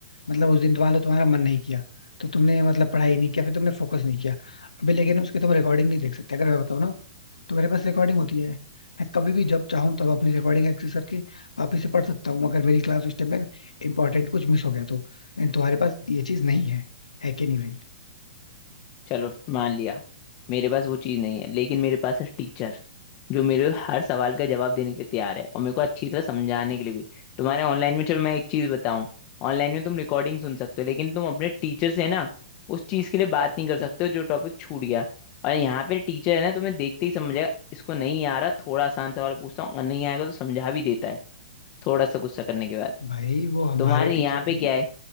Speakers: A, on the left; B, on the left.
A: मतलब उस दिन तुम्हारा तुम्हारा मन नहीं किया तो तुमने मतलब पढ़ाई नहीं किया फिर तुमने फोकस नहीं किया अभी लेकिन उसके तुम रिकॉर्डिंग नहीं देख सकते अगर मैं बताऊँ ना तो मेरे पास रिकॉर्डिंग होती है मैं कभी भी जब चाहूँ तब अपनी रिकॉर्डिंग एक्सेस करके वापस से पढ़ सकता हूँ अगर मेरी क्लास उस टाइम में इंपॉर्टेंट कुछ मिस हो गया तो एंड तुम्हारे पास ये चीज नहीं है है कि नहीं भाई
B: चलो मान लिया मेरे पास वो चीज़ नहीं है लेकिन मेरे पास है टीचर जो मेरे हर सवाल का जवाब देने के लिए तैयार है और मेरे को अच्छी तरह समझाने के लिए भी तुम्हारे ऑनलाइन में चलो मैं एक चीज़ बताऊं ऑनलाइन में तुम रिकॉर्डिंग सुन सकते हो लेकिन तुम अपने टीचर से ना उस चीज़ के लिए बात नहीं कर सकते हो जो टॉपिक छूट गया और यहाँ पे टीचर है ना तुम्हें देखते ही समझ जाएगा इसको नहीं आ रहा थोड़ा आसान सवाल पूछता हूँ अगर नहीं आएगा तो समझा भी देता है थोड़ा सा गुस्सा करने के बाद
A: भाई वो हमारे
B: तुम्हारे यहाँ
A: टीचर
B: पे
A: भी
B: क्या है